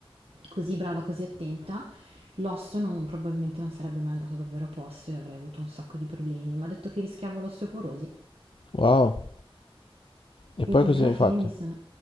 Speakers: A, on the right (about 80°); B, on the left (about 65°).
A: così brava, così attenta, l'osso non- probabilmente non sarebbe mai andato davvero a posto e avrei avuto un sacco di problemi. Mi ha detto che rischiavo l'osteoporosi
B: Wow. E
A: e
B: poi
A: quindi
B: cosa
A: alla
B: hai
A: fine
B: fatto?
A: mi sono...